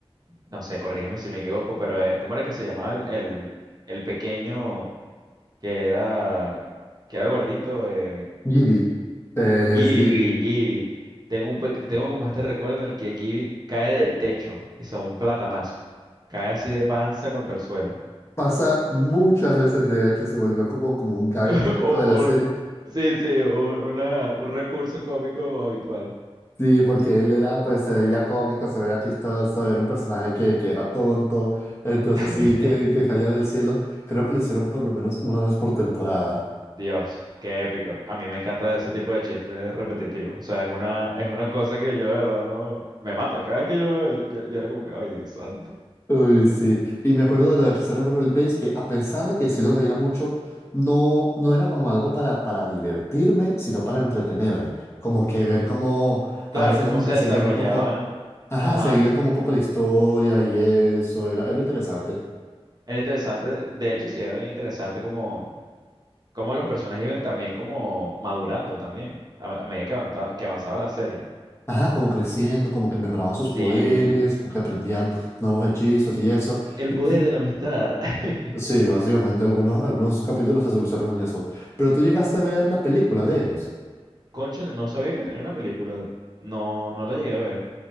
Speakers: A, on the right; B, on the left.
A: no sé, corrígeme si me equivoco, pero eh, ¿cómo era que se llamaba el, el, el pequeño que era que era gordito? Eh,
B: Giddy, eh,
A: Gibby,
B: es Giddy.
A: Gibby. Tengo un pe- tengo como este recuerdo en el que Gibby cae del techo y se da un platanazo. Cae así de panza contra el suelo.
B: Pasa muchas veces, de hecho, se volvió como, como un gag
A: <laughs>
B: cómico
A: O,
B: de
A: o-
B: la serie.
A: sí, sí, un, una- un recurso cómico habitual.
B: Sí, porque él era, pues se veía cómico, se veía chistoso, era un personaje que, que era tonto, entonces
A: <laughs>
B: sí, que, que caía del cielo. Creo que lo hicieron por lo menos una vez por temporada.
A: Dios, qué épico. A mí me encanta ese tipo de chistes repetitivos. O sea, es una, es una cosa que yo de verdad no... Me mata. Cada vez que yo lo veo, yo, yo era como que, ay, Dios santo.
B: Uy, sí. Y me acuerdo de los hechiceros de Waverly Place, que a pesar de que sí lo veía mucho, no, no era como algo para, para divertirme, sino para entretenerme. Como que ver como,
A: Claro,
B: a veces
A: cómo
B: como
A: se
B: que
A: desarrollaban.
B: seguían un poco, ajá,
A: Ajá,
B: seguían como un poco la historia y eso, era, era interesante.
A: era interesante. De hecho, sí, era bien interesante como, como los personajes iban también como madurando también a, a medida que avanza- que avanzaba la serie.
B: Ajá, como creciendo, como que mejoraban sus
A: Sí,
B: poderes, como que aprendían nuevos hechizos y eso.
A: el
B: Y
A: poder
B: tú-
A: de la amistad. <laughs>
B: sí, básicamente algunos, algunos capítulos se solucionan en eso. Pero tú llegaste a ver la película de ellos.
A: Cónchale, no sabía que tenía una película. No, no la llegué a ver.